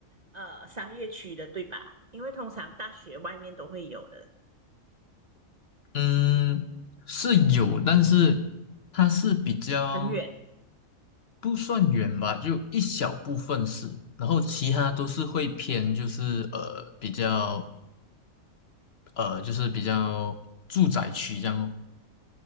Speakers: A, on the right; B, on the left.
A: 呃商业区的，对吧？因为通常大学外面都会有的，
B: 嗯，是有，但是它是比较
A: 很远。
B: 不算远吧，就一小部分是，然后其他都是会偏，就是呃比较呃就是比较住宅区这样哦。